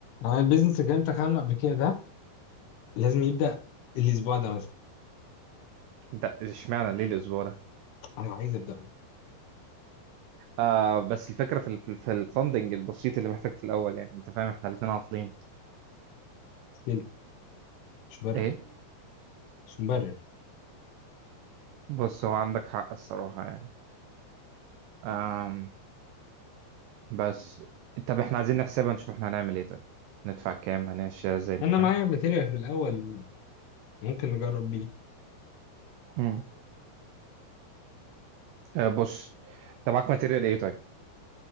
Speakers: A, on the left (about 70°); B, on the right (about 85°).
A: انا البيزنس اللي انت عامله قبل كده ده لازم يبدا الاسبوع ده بس
B: ده اشمعنى ليه الاسبوع ده
A: انا عايز ابداه
B: آه بس الفكره في ال- في ال- في الفندنج البسيط اللي محتاج في الاول يعني انت فاهم احنا الاثنين عاطلين
A: ستيل مش برر
B: ايه
A: مش مبرر
B: بص هو عندك حق الصراحه يعني آم بس طب احنا عايزين نحسبها نشوف احنا هنعمل ايه طيب هندفع كام هنمشي ازاي انت
A: انا
B: فاهم
A: معايا ماتيريال في الاول ممكن نجرب بيه
B: امم آه بص انت معاك ماتيريال ايه طيب